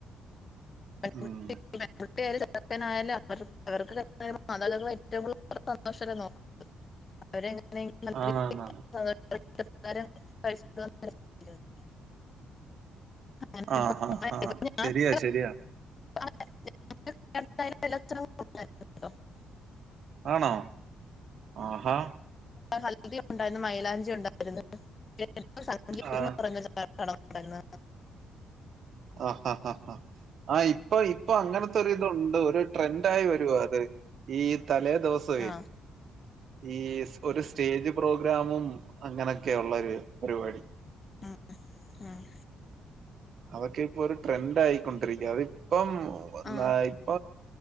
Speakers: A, on the left (about 35°); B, on the right (about 55°).
A: <unintelligible>
B: ഉം
A: <unintelligible> നല്ല
B: ആണാണാണ്
A: രീതിയിൽ സന്തോഷത്തോടെ ഇഷ്ടപ്രകാരം കഴിച്ചു വിടുവാന്ന് വിചാരിച്ചിരിക്കുന്നു. അങ്ങനെ
B: ആ ആ
A: അപ്പൊ
B: ആ
A: ഇപ്പൊ
B: ശരിയാ
A: ഞാൻ പല
B: ശരിയാ
A: <unintelligible>
B: ആണോ ആഹാ
A: ഹൽദിഉണ്ടായിരുന്നു. മൈലാഞ്ചി ഉണ്ടായിരുന്നു. <unintelligible>
B: ആഹ്
A: കട തുടങ്ങ
B: ആഹാ ആ ഹാ ആഹ ഇപ്പൊ ഇപ്പൊ അങ്ങനത്തെൊ ഇതുണ്ട് ഒരു ട്രെൻഡ ആയി വരു അത് ഈ തലേ ദിവസവും
A: ആ
B: ഈ ഒരു സ്റ്റേജ് പ്രോഗ്രാമും അങ്ങനെയൊക്കെയ ഉള്ള ഒരു പരിപാടി
A: ആ ആഹ
B: അവതൊക്കെ ഇപ്പൊ ഒരു ട്രെൻഡ ആയിക്കൊണ്ടിരിക്കുക അത് കം
A: ആ
B: നപ്പ